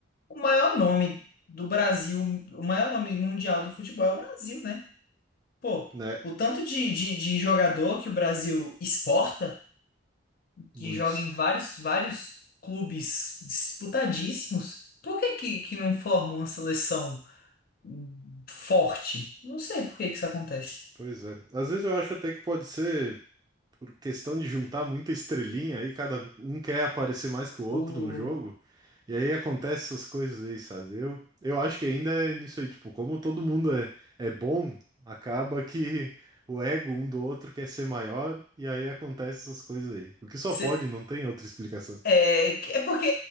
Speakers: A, on the left; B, on the right.
A: o maior nome do Brasil, o maior nome mundial do futebol é o Brasil, né? Pô,
B: né?
A: o tanto de, de, de jogador que o Brasil exporta. que
B: Muitos.
A: joga em vários, vários clubes disputadíssimos, por que que, que não forma uma seleção hum, forte? Não sei por que que isso acontece.
B: Pois é. Às vezes eu acho até que pode ser por questão de juntar muita estrelinha aí, cada um quer aparecer mais que o outro
A: O,
B: no jogo. E aí acontece essas coisas aí, sabe? Eu, eu acho que ainda é nisso aí, tipo, como todo mundo é, é bom, acaba que o ego um do outro quer ser maior, e aí acontece essas coisas aí. O que só
A: se-
B: pode, não tem outra explicação.
A: é, é porque